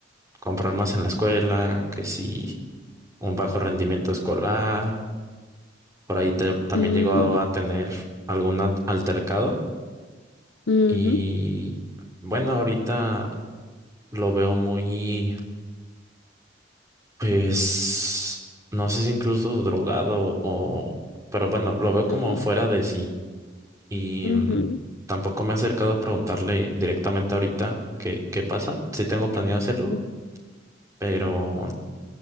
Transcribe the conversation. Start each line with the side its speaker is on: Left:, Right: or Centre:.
Right: con problemas en la escuela, que sí, un bajo rendimiento escolar, por ahí te- también
Left: mm,
Right: llegó a tener algún at- altercado.
Left: ujú,
Right: Y bueno, ahorita lo veo muy, pues, no sé si incluso drogado o, pero bueno, lo veo como
Left: mm,
Right: fuera de sí. Y
Left: ujú,
Right: mm, tampoco me he acercado a preguntarle directamente ahorita qué, qué pasa. Sí tengo planeado hacerlo
Left: ujú,
Right: Pero,